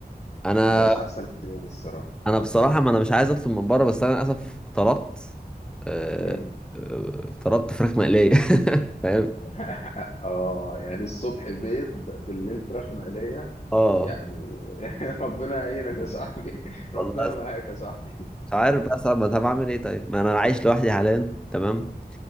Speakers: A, in the centre; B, on the left.
A: أنا
B: مبقاش احسن اختيار الصراحه
A: أنا بصراحة ما أنا مش عايز أطلب من بره بس أنا للأسف طلبت آه،
B: مم.
A: آه، طلبت فراخ مقلية <laughs> فاهم؟
B: <laughs> اه يعني الصبح بيض بالليل فراخ مقليه
A: اه
B: يعني <laughs> ربنا يعينك يا صاحبي
A: والله
B: ربنا معاك يا صاحبي
A: مش عارف بقى صعب طب اعمل ايه طيب ما انا عايش لوحدي حاليا تمام